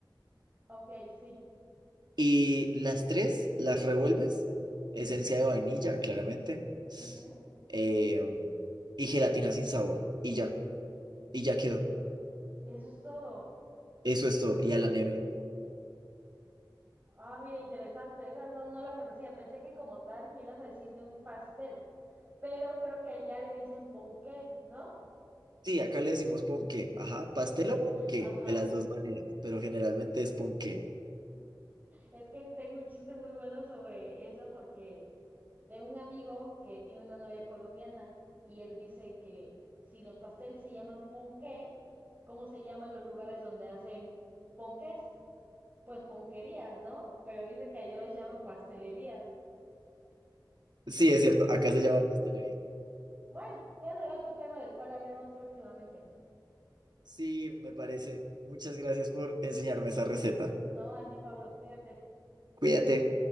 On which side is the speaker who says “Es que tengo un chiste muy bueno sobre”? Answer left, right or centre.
Right